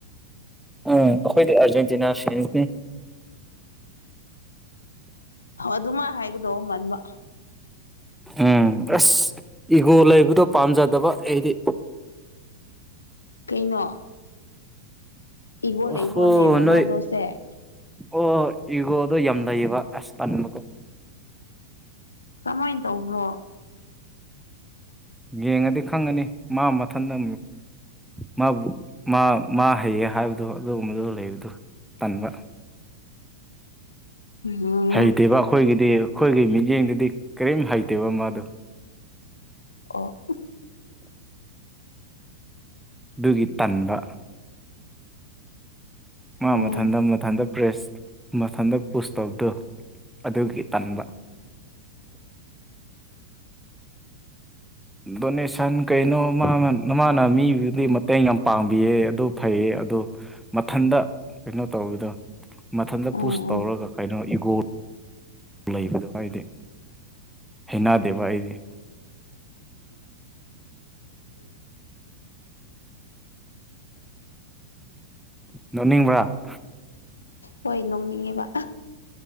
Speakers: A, in the centre; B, on the left.
A: ꯎꯝ ꯑꯩꯈꯣꯏꯗꯤ ꯑꯥꯔꯖꯦꯟꯇꯤꯅꯥ ꯐ꯭ꯔꯦꯟꯁꯅꯤ
B: ꯑꯗꯨꯃ ꯍꯥꯏꯒꯗꯧꯕ ꯃꯟꯕ
A: ꯎꯝ ꯑꯁ ꯏꯒꯣ ꯂꯩꯕꯗꯣ ꯄꯥꯝꯖꯗꯕ ꯑꯩꯗꯤ <unintelligible>
B: ꯀꯩꯅꯣ ꯏꯒꯣ ꯂꯩꯕ꯭ꯔꯣꯅꯦ
A: ꯑꯣ ꯍꯣ
B: ꯔꯣꯅꯥꯜꯗꯣꯁꯦ
A: ꯅꯣꯏꯣꯏ ꯑꯣꯣꯏ ꯏꯒꯣꯗꯣ ꯌꯥꯝ ꯂꯩꯌꯦꯕ ꯑꯁ ꯂꯟꯕꯀꯣ
B: ꯀꯃꯥꯏꯅ ꯇꯧꯕ꯭ꯔꯣ
A: ꯌꯦꯡꯉꯗꯤ ꯈꯪꯉꯅꯤ ꯃꯥ ꯃꯊꯟꯇ ꯃꯥꯕꯨ ꯃꯥ ꯍꯩꯌꯦ ꯍꯥꯏꯕꯗꯣ ꯑꯗꯨꯒꯨꯝꯕꯗꯨ ꯂꯩꯕꯗꯨ ꯇꯟꯕ
B: ꯎꯝ <unintelligible>
A: ꯍꯩꯇꯦꯕ ꯑꯩꯈꯣꯏꯒꯤꯗꯤ ꯑꯩꯈꯣꯏꯒꯤ ꯃꯤꯠꯌꯦꯡꯗꯨꯗꯤ ꯀꯔꯤꯝ ꯍꯩꯇꯦꯕ ꯃꯥꯗꯨ
B: ꯑꯣ
A: ꯑꯗꯨꯒꯤ ꯇꯟꯕ ꯃꯥ
B: ꯎꯝ
A: ꯃꯊꯟꯇ ꯃꯊꯟꯇ ꯄ꯭ꯔꯦꯁ ꯃꯊꯟꯇ ꯄꯨꯁ ꯇꯧꯕꯗꯣ ꯑꯗꯨꯒꯤ ꯇꯟꯕ ꯗꯣꯅꯦꯁꯟ ꯀꯩꯅꯣ ꯃꯥ ꯃꯥꯅ ꯃꯤꯗꯨꯗꯤ ꯃꯇꯦꯡ ꯌꯥꯝ ꯄꯥꯡꯕꯤꯌꯦ ꯑꯗꯨ ꯐꯩꯌꯦ ꯑꯣ ꯃꯊꯟꯗ ꯀꯩꯅꯣ ꯇꯧꯕꯗ ꯃꯊꯟꯇ
B: ꯎꯝ
A: ꯄꯨꯁ ꯇꯧꯔꯒ
B: ꯎꯝ
A: ꯀꯩꯅꯣ ꯏꯒꯣꯔ ꯂꯩꯕꯗꯨ ꯑꯩꯗꯤ ꯍꯩꯅꯗꯦꯕ ꯑꯩꯗꯤ ꯅꯅꯤꯡꯕ꯭ꯔꯥ
B: ꯍꯣꯏ ꯅꯣꯡꯅꯤꯡꯉꯤꯕ